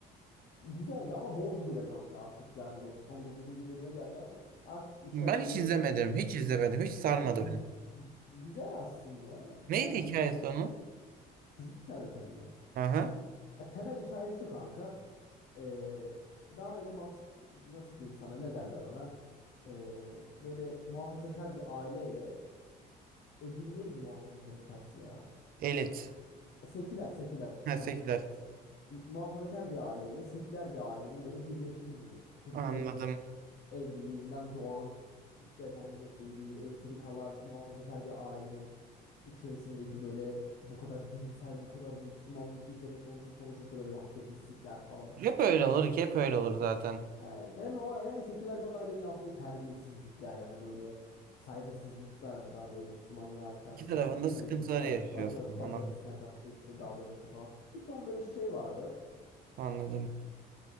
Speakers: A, on the left (about 70°); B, on the right (about 60°).
A: Güzeldi ama bozdu be kanka artık. Yani 99. bölüme geldi ama artık işler
B: Ben
A: çığırından
B: hiç izlemedim.
A: çıktı.
B: Hiç izlemedim. Hiç sarmadı
A: Ya, gü-
B: beni.
A: güzel aslında. Güzel
B: Neydi
A: aslında.
B: hikayesi onun?
A: Kızılcık Şerbeti'nin mi?
B: Aha.
A: Ya temel hikaye şu kanka. Ee, daha böyle mas nasıl diyeyim sana ne derler ona? Ee, böyle muhafazakar bir aileyle öbürü neydi muhafazakarın tersi ya?
B: Elit.
A: E, Seküler, seküler.
B: Ha,
A: Heh.
B: Sekiler.
A: Se- Muhafazakar bir aileyle seküler bir ailenin böyle birleşimi gibi. Çocukların
B: Anladım.
A: evliliğinden doğan işte efendime söyleyeyim entrikalar muhafazakar bir ailenin içerisindeki böyle bu kadar dinsel, bu kadar Müslümanlık üzerine konuşup konuşup da böyle yaptığı pislikler falan.
B: Hep öyle olur ki hep öyle olur zaten.
A: Ha, Hem o yani seküler bir ailenin yaptığı terbiyesizlikler yani böyle saygısızlıklar hani daha böyle Müslümanlığa karşı
B: İki tarafında
A: garip
B: sıkıntıları
A: baş,
B: yaşıyorsun.
A: başört, başörtüsüne
B: Anladım.
A: karşı işte davranışı falan. Bir ton böyle şey vardı.
B: Anladım.